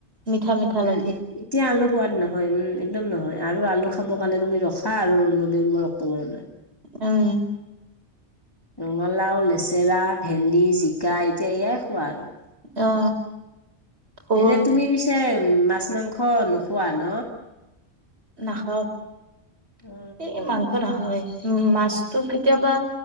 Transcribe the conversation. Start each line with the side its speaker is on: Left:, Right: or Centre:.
Right: মিঠা মিঠা
Left: উম
Right: লাগে
Left: এতিয়া অলপ সোৱাদ নহয় উম এক্দম নহয়। আৰু আলু খাবৰ কাৰণে তুমি ৰখা আৰু নৱেম্বৰ অক্টোবৰলৈ।
Right: উম।
Left: ৰঙালাও লেচেৰা ভেন্দি জিকা এতিয়া ইয়াই খোৱা আৰু।
Right: অ। ভোল
Left: এনে তুমি পিছে মাত। মাছ মাংস নোখোৱা ন।
Right: নাখাওঁ।
Left: অ
Right: এই মাংস নাখাওঁৱে। উম মাছতো কেতিয়াবা